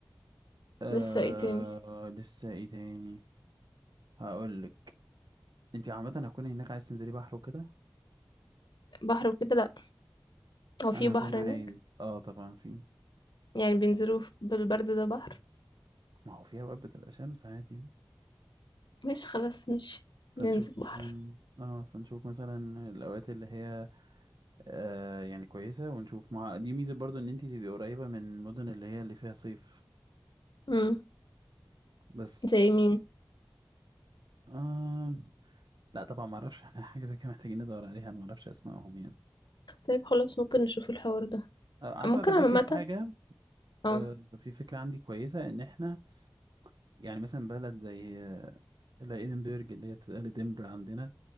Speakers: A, on the right; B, on the left.
A: آه
B: لسه ايه تاني
A: لسه ايه تاني هقولك انت عامة هتكوني هناك عايز تنزلي بحر وكده
B: بحر وكده لا هو في
A: انا
B: بحر
A: هكون عايز
B: هناك
A: اه طبعا في
B: يعني بينزلوا في- بالبرد ده بحر
A: ما هو في اوقات بتبقى شمس عادي يعني.
B: ماشي خلاص ماشي
A: فنشوف
B: ننزل بحر
A: مثلاً- اه فنشوف مثلا الاوقات اللي هي آه يعني كويسه ونشوف مع دي ميزه برضو ان انت تبقي قريبه من المدن اللي هي اللي فيها صيف
B: مم.
A: بس
B: زي مين
A: آه لا طبعا ما اعرفش <laughs> احنا حاجه زي كده محتاجين ندور عليها انا ما اعرفش اسمائهم يعني
B: طيب خلاص ممكن نشوف الحوار ده
A: آه عارفه
B: ممكن
A: كمان
B: عامة
A: في حاجه
B: اه
A: آه في فكره عندي كويسه ان احنا يعني مثلا بلد زي آه لا ادنبرج اللي هي بتتقال دنبر عندنا